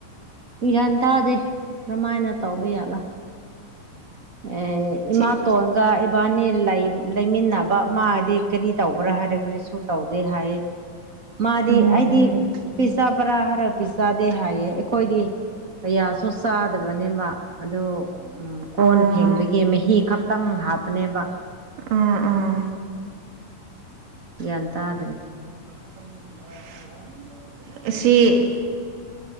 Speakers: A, on the right (about 50°); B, on the right (about 75°).
A: ꯒ꯭ꯌꯥꯟ ꯇꯥꯗꯦ ꯀꯝꯃꯥꯏꯅ ꯇꯧꯕ ꯌꯥꯠꯂꯥ ꯑꯦ ꯏꯃꯥꯇꯣꯟꯒ
B: ꯁꯤ
A: ꯏꯕꯥꯅꯤ ꯂꯩꯃꯤꯟꯅꯕ ꯃꯥꯗꯤ ꯀꯔꯤ ꯇꯧꯕ꯭ꯔꯥ ꯍꯥꯏꯔ ꯀꯔꯤꯁꯨ ꯇꯧꯗꯦ ꯍꯥꯏꯌꯦ ꯃꯥꯗꯤ
B: ꯎꯝ
A: ꯑꯩꯗꯤ
B: ꯎꯝ
A: ꯄꯤ ꯄꯔꯥ ꯍꯥꯏꯔ ꯄꯤ ꯆꯥꯗꯦ ꯍꯥꯏꯌꯦ ꯑꯩꯈꯣꯏꯗꯤ ꯀꯌꯥꯁꯨ ꯆꯥꯗꯕꯅꯦꯕ ꯑꯗꯨ ꯀꯣꯟ
B: ꯑꯣ
A: ꯐꯦꯡꯕꯒꯤ ꯃꯍꯤ ꯈꯛꯇꯪ ꯍꯥꯞꯄꯅꯦꯕ
B: ꯑꯥ ꯑꯥ
A: ꯎꯝ ꯒ꯭ꯌꯥꯟ ꯇꯥꯗ꯭ꯔꯦ
B: <unintelligible> ꯑꯁꯤ